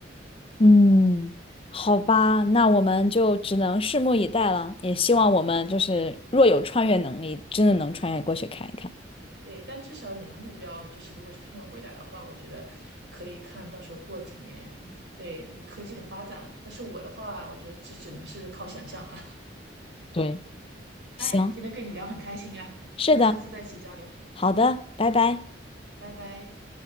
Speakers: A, on the left; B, on the right.
A: 嗯，好吧，那我们就只能拭目以待了。也希望我们就是若有穿越能力，真的能穿越过去看一看。
B: 对，但至少你的目标就是，如果是看看未来的话，我觉得可以看到时候过几年对那个科技的发展。但是我的话，我觉得这只能是靠想象了。
A: 对，
B: <laughs>
A: 行，
B: 哎，今天跟你聊很开心啊，
A: 是的，
B: 希望下次再一起交流，
A: 好的，拜拜。
B: 拜拜。